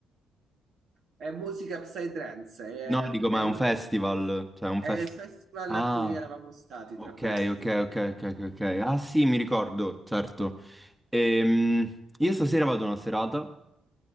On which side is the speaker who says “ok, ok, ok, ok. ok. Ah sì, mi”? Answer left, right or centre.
Centre